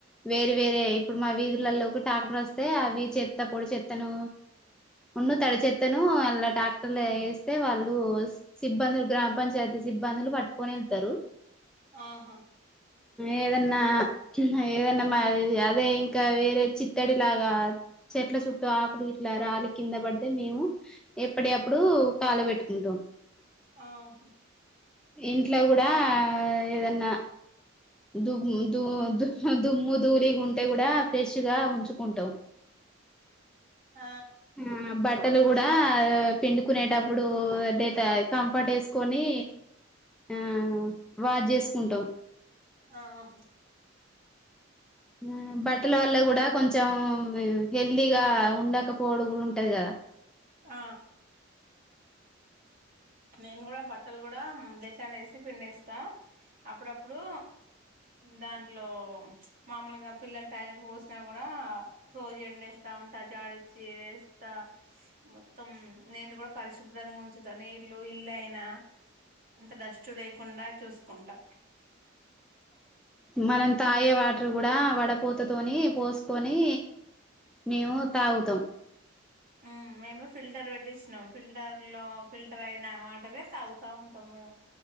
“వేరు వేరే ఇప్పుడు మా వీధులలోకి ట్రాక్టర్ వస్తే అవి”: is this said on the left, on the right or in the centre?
Centre